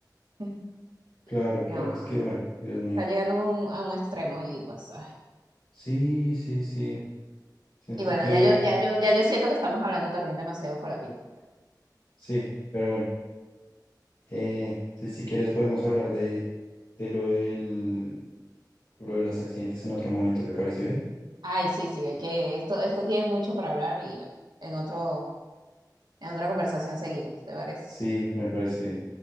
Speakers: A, on the right (about 80°); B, on the left (about 70°).
A: <laughs>
B: Claro, claro,
A: No,
B: es que bueno, Dios mío.
A: está llegando un- a un extremo y pues, ay.
B: Sí, sí, sí, siento
A: Y bueno,
B: que
A: ya yo, ya yo, ya yo siento que estamos hablando también demasiado Colapinto.
B: sí, pero bueno, eh, si, si quieres podemos hablar de, de lo del, lo de los accidentes en otro momento, ¿te parece bien?
A: Ay, sí, sí, hay que, esto, esto tiene mucho para hablar y bueno, en otro En otra conversación seguimos, ¿te parece?
B: Sí, me parece bien.